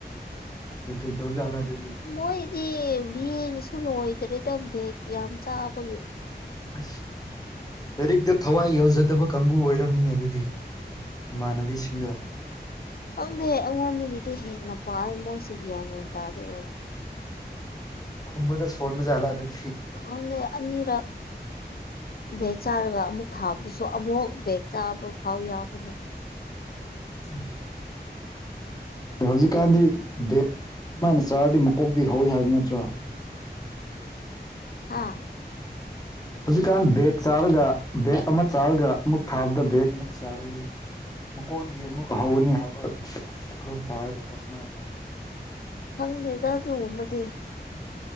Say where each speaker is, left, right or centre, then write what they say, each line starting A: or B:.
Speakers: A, on the left; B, on the left.
A: ꯀꯩ ꯀꯩ ꯇꯧꯜꯂ ꯑꯗꯨ
B: ꯃꯣꯏꯗꯤ ꯕꯦꯒꯁꯨ ꯂꯣꯏꯗ꯭ꯔꯦꯗ ꯕꯦꯒ ꯌꯥꯝ ꯆꯥꯕꯒꯤ
A: ꯑꯁ ꯂꯥꯏꯔꯤꯛꯇ ꯊꯋꯥꯏ ꯌꯥꯎꯖꯗꯕ ꯀꯥꯡꯕꯨ ꯑꯣꯏꯔꯝꯃꯤꯅꯦ ꯑꯗꯨꯗꯤ ꯏꯃꯥꯟꯅꯕꯤꯁꯤꯡꯅ
B: ꯈꯪꯗꯦ ꯑꯩꯉꯣꯟꯗꯒꯤꯗꯤ ꯍꯦꯟꯅ ꯄꯥꯏ ꯃꯣꯏꯁꯤ ꯒ꯭ꯌꯥꯟ ꯃꯦꯟ ꯇꯥꯗꯦ ꯑꯩ
A: ꯈꯨꯝꯕꯗ ꯁꫭꯟꯕꯗ ꯁꫭꯟꯕ ꯖꯥꯠꯂꯥ ꯑꯗꯨꯗꯤ
B: ꯈꯪꯗꯦ ꯑꯅꯤꯔꯛ ꯕꯦꯛ ꯆꯥꯔꯒ ꯑꯃꯨꯛ ꯊꯥꯕꯗꯁꯨ ꯑꯃꯨꯛ ꯕꯦꯛ ꯆꯥꯕ ꯐꯥꯎ ꯌꯥꯎꯕꯅꯦ
A: ꯑꯁ ꯍꯧꯖꯤꯛꯀꯥꯟꯗꯤ ꯕꯦꯛ ꯃꯥꯏꯅ ꯆꯥꯔꯗꯤ ꯃꯀꯣꯛꯇꯩ ꯍꯧꯋꯤ ꯍꯥꯏꯕ ꯅꯠꯇ꯭ꯔꯣ
B: ꯍꯥꯥ
A: ꯍꯧꯖꯤꯛꯀꯥꯟ ꯕꯦꯛ ꯆꯥꯔꯒ ꯕꯦꯛ ꯑꯃ ꯆꯥꯔꯒ ꯑꯃꯨꯛ ꯊꯥꯕꯗ ꯕꯦꯛ ꯑꯃꯨꯛ ꯆꯥꯔꯗꯤ ꯃꯀꯣꯛꯗꯒꯤ ꯑꯃꯨꯛ ꯍꯧꯒꯅꯤ ꯍꯥꯏꯕ ꯈꯔ ꯍꯥꯏꯕꯀꯣ ꯁꯨꯃꯥꯏꯅ ꯍꯥꯏꯕ
B: ꯈꯪꯗꯦꯗ ꯑꯗꯨꯃꯗꯤ